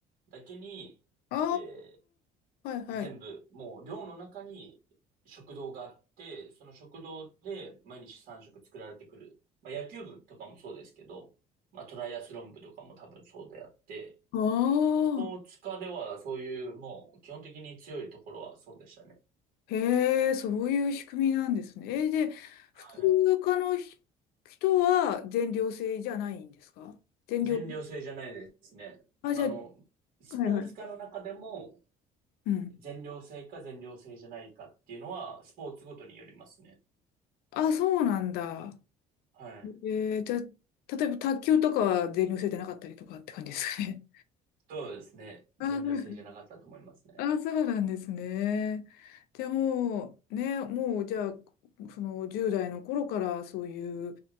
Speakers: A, on the right; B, on the left.
A: だけに、
B: あ
A: えー
B: あー、はいはい。
A: 全部、もう寮の中に食堂があって、その食堂で毎日3食作られてくる。まあ野球部とかもそうですけど、まあトライアスロン部とかも多分そうであって、
B: ああ、
A: スポーツ科ではそういうもう基本的に強いところはそうでしたね。
B: へえ、そういう仕組みなんですね。えーで、
A: はい。
B: 普通科のひ人は全寮制じゃないんですか全寮、
A: 全寮制じゃないですね。
B: あ、じゃあ、
A: あの、スポーツ科の中でも
B: はいはい。うん。
A: 全寮制か全寮制じゃないかっていうのは、スポーツごとによりますね。
B: あ、そうなんだ。
A: はい。
B: えーじゃあ、例えば卓球とかは全寮制でなかったりとかって感じですかね。
A: そうですね。
B: <laughs> あー、
A: 全寮制じゃなかったと思いますね。
B: はいあ、そうなんですね。でもう、ね、もうじゃあ、その10代の頃からそういう、